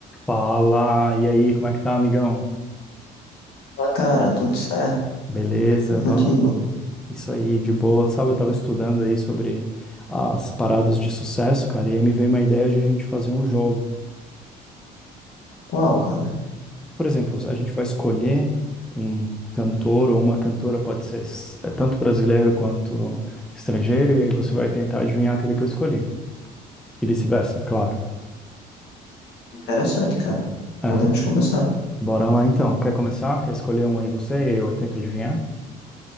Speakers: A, in the centre; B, on the left (about 75°).
A: Fala, e aí, como é que tá, amigão?
B: Ah, cara, tudo certo.
A: Beleza,
B: E
A: eu
B: contigo?
A: tava isso aí de boa. Sabe, eu tava estudando aí sobre as paradas de sucesso, cara, e aí me veio uma ideia de a gente fazer um jogo.
B: Qual, cara?
A: Por exemplo, a gente vai escolher um cantor ou uma cantora, pode ser s- eh, tanto brasileiro quanto estrangeiro, e aí você vai tentar adivinhar aquele que eu escolhi, e vice-versa, claro.
B: Interessante, cara.
A: É,
B: Podemos começar.
A: bora lá então. Quer começar? Quer escolher um aí você e eu tento adivinhar?